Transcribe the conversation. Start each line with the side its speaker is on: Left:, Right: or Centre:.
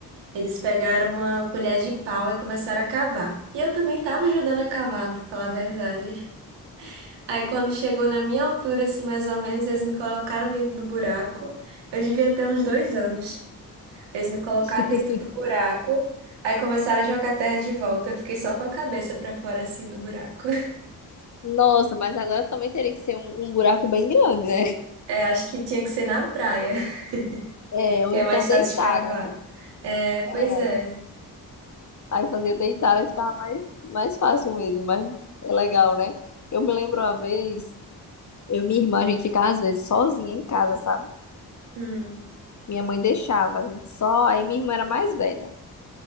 Right: eles pegaram uma colher de pau e começaram a cavar. E eu também tava ajudando a cavar, pra falar a verdade. Aí quando chegou na minha altura, assim, mais ou menos, eles me colocaram dentro do buraco. Eu devia ter uns dois anos. Eles me colocaram
Left: <laughs>
Right: dentro do buraco. Aí começaram a jogar terra de volta. Eu fiquei só com a cabeça pra fora, assim, do buraco.
Left: nossa, mas agora também teria que ser um, um buraco bem grande, né?
Right: É, acho que tinha que ser na praia,
Left: É,
Right: <laughs>
Left: ou
Right: que é
Left: então
Right: mais fácil
Left: deitada,
Right: de cavar.
Left: né?
Right: É, pois
Left: É,
Right: é.
Left: aí fazer deitada ficava mais, mais fácil mesmo, mas é legal, né? Eu me lembro uma vez, eu e minha irmã, a gente ficava às vezes sozinha em casa, sabe?
Right: Hum.
Left: Minha mãe deixava, a gente só, aí minha irmã era mais velha.